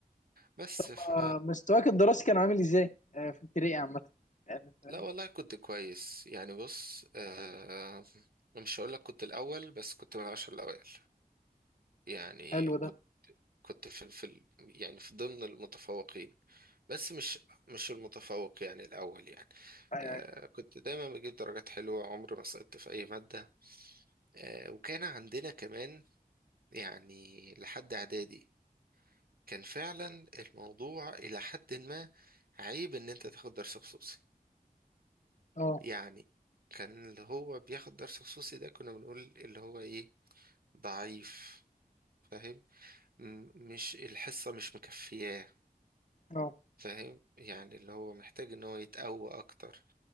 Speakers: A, on the right (about 70°); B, on the left (about 50°).
A: بس ف
B: آه، مستواك الدراسي كان عامل ازاي آه، في ابتدائي عامه يعني أنت-
A: لا والله كنت كويس يعني بص آه مش هقولك كنت الأول بس كنت من العشر الأوائل يعني
B: حلو ده
A: كنت كنت في ال- في ال- يعني في ضمن المتفوقين بس مش مش المتفوق يعني الأول يعني
B: ايوه
A: آه
B: ايوه
A: كنت دايما بجيب درجات حلوة عمري ما سقطت في أي مادة آه وكان عندنا كمان يعني لحد اعدادي كان فعلا الموضوع الى حد ما عيب ان انت تاخد درس خصوصي
B: اه
A: يعني كان اللي هو بياخد درس خصوصي ده كنا بنقول اللي هو ايه ضعيف فاهم م- مش الحصة مش مكفياه
B: اه
A: فاهم يعني اللي هو محتاج ان هو يتقوى اكتر